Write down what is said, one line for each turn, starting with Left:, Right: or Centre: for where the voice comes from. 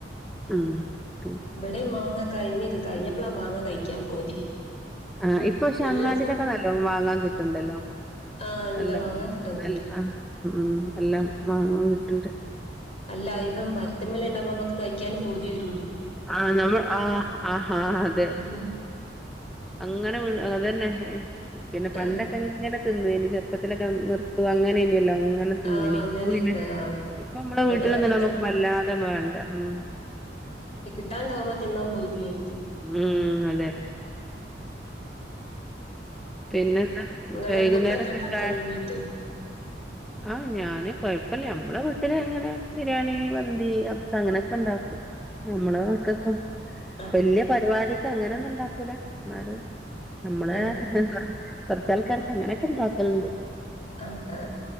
Centre: മ്
Left: ഇവിടെ മാങ്ങ കഴിഞ്ഞി കഴിഞ്ഞപ്പളാ മാങ്ങ കഴിക്കാൻ പൂതി
Centre: ആഹ് ഇപ്പ പക്ഷെ
Left: ഉള്ള
Centre: അങ്ങാടിലൊക്കെ
Left: സ
Centre: നല്ലോണം വാങ്ങാൻ കിട്ടുണ്ടല്ലോ
Left: ആ ഉണ്ട്
Centre: നല്ല
Left: വാങ്ങാൻ കിട്ടുന്നുണ്ട്
Centre: നല്ല ഉം എല്ലാം
Left: ഉം
Centre: വാങ്ങാൻ കിട്ടണ്ട്
Left: അല്ല ഇത് മരത്തുംമേലെ ഇണ്ടാവുമ്പോ നമുക്ക് കഴിക്കാനും പൂതി വരും
Centre: ആ നമ്മൾ ആഹ ആഹ് ആഹ് അതെ
Left: ഉം.
Centre: അങ്ങനെ വീണു അത് തന്നെ പിന്നെ പണ്ടൊക്കെ
Left: ആ
Centre: ഇങ്ങനെ തിന്നോനി ഇനി ചെറുപ്പത്തിലൊക്കെ നിർത്തുവാ അങ്ങനെ ഇല്ലല്ലോ അങ്ങനെ തിന്നെനെ
Left: ആ അങ്ങനെയായിരുന്നു
Centre: ഇപ്പൊ പിന്നെ-
Left: ആ
Centre: ഇപ്പൊ നമ്മടെ
Left: ഇവിടെ
Centre: വീട്ടിലൊന്നും
Left: അങ്ങനെ
Centre: നമ്മുക്ക്
Left: തന്നെ
Centre: വല്ലാതെ വേണ്ട ഉം
Left: കിട്ടാണ്ട് ആവുമ്പോ തിന്നാൻ പൂതിയായിരിക്കും
Centre: ഉം അതെ പിന്നെ എന്താ
Left: നിങ്ങള്
Centre: വൈകുന്നേരം
Left: ഫുഡൊക്കെ ഉണ്ടാക്കോ
Centre: കിട്ടാൻ
Left: നന്നായിട്ട്
Centre: ആഹ് ഞാന് കൊഴപ്പില്ല നമ്മടെ വീട്ടില് എങ്ങനെ ബിരിയാണി മന്തി അങ്ങനെ ഒക്കെഉണ്ടാക്കും അങ്ങനെയൊക്കെ ഒണ്ടാക്കും ഞമ്മടെ മക്കക്കും
Left: ആഹ്
Centre: വല്യ പരിപാടിക്ക് അങ്ങനെയൊന്നും ഇണ്ടാക്കൂല എന്നാലും നമ്മടെ
Left: ഉം
Centre: - കൊറച്ചാൾക്കാർക്ക് അങ്ങനെയൊക്കെ ഉണ്ടാക്കലുണ്ട്
Left: ആഹ് ആഹ